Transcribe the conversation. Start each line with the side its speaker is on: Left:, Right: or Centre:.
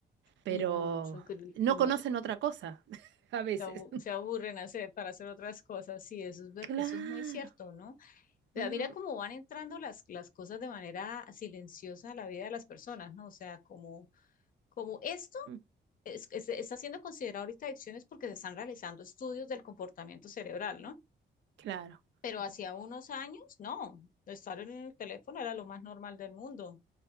Right: pero
Left: Y no, son cru-
Right: no
Left: y no,
Right: conocen otra cosa <laughs> a veces.
Left: se abu- se aburren hacer, para hacer otras cosas. Sí, eso es, ver-
Right: Claro.
Left: eso es muy cierto, ¿no? O sea,
Right: Ujú,
Left: mira cómo van entrando las, las cosas de manera silenciosa a la vida de las personas, ¿no? O sea, como, como esto
Right: ujú,
Left: es- es- está siendo considerado ahorita adicciones porque se están realizando estudios del comportamiento cerebral, ¿no?
Right: Claro.
Left: Pero hacía unos años, no, estar en el teléfono era lo más normal del mundo.